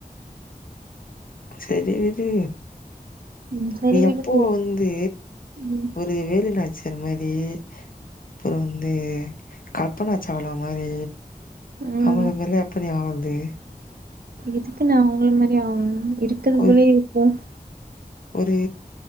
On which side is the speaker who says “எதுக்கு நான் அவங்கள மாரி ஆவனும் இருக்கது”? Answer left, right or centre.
Right